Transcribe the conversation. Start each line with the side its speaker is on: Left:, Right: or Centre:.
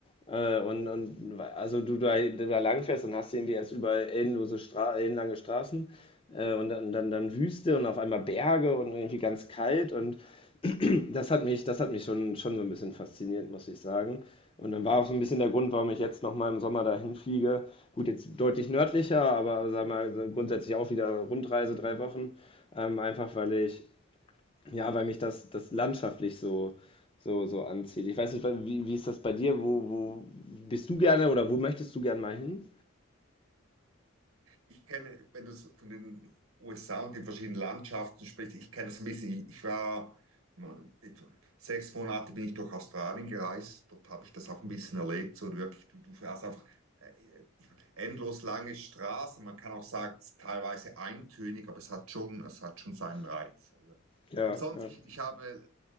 Left: Äh, und, und also du da, du da langfährst, dann hast du irgendwie erst überall endlose Stra ellenlange Straßen äh, und dann, dann, dann Wüste und auf einmal Berge und irgendwie ganz kalt und das hat mich, das hat mich schon, schon so ein bisschen fasziniert, muss ich sagen. Und dann war auch so ein bisschen der Grund, warum ich jetzt nochmal im Sommer dahin fliege. Gut, jetzt deutlich nördlicher, aber sag mal, so grundsätzlich auch wieder Rundreise, drei Wochen. Ähm, einfach weil ich, ja, weil mich das, das landschaftlich so, so, so anzieht. Ich weiß nicht, wie, wie ist das bei dir? Wo, wo bist du gerne oder wo möchtest du gerne mal hin?
Right: Ich kenne, wenn du so von den USA und den verschiedenen Landschaften sprichst, ich kenne das ein bisschen. Ich, ich war mal, etwa sechs Monate bin ich durch Australien gereist. Dort habe ich das auch ein bisschen erlebt. So wirklich, du, du fährst einfach äh, endlos lange Straßen. Man kann auch sagen, es ist teilweise eintönig, aber es hat schon, es hat schon seinen Reiz. Also,
Left: Ja,
Right: und sonst,
Left: ja.
Right: ich, ich habe